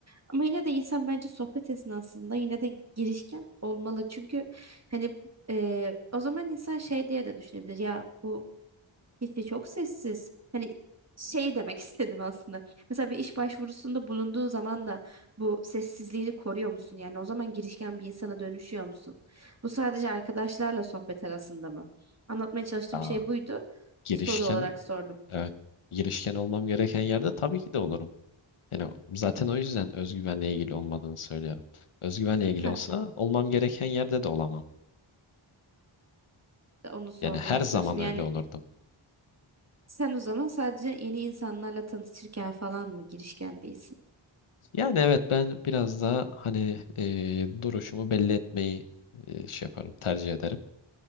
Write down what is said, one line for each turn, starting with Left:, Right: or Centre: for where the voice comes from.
Right: Ama yine de insan bence sohbet esnasında yine de girişken olmalı. Çünkü hani e, o zaman insan şey diye de düşünebilir. Ya bu Hiçbir çok sessiz. Hani şey demek <laughs> istedim aslında. Mesela bir iş başvurusunda bulunduğun zaman da bu sessizliğini koruyor musun? Yani o zaman girişken bir insana dönüşüyor musun? Bu sadece arkadaşlarla sohbet arasında mı? Anlatmaya çalıştığım
Left: Aa,
Right: şey buydu.
Left: Girişken,
Right: Soru olarak sordum.
Left: evet, girişken olmam gereken yerde tabii ki de olurum. Yani zaten o yüzden özgüvenle ilgili olmadığını söylüyorum. Özgüvenle ilgili
Right: Heh,
Left: olsa olmam gereken yerde de olamam.
Right: de onu sormaya
Left: Yani her zaman
Right: çalıştım. Yani
Left: öyle olurdum.
Right: sen o zaman sadece yeni insanlarla tanışırken falan mı girişken değilsin?
Left: Yani evet ben biraz daha hani e, duruşumu belli etmeyi e, şey yaparım tercih ederim.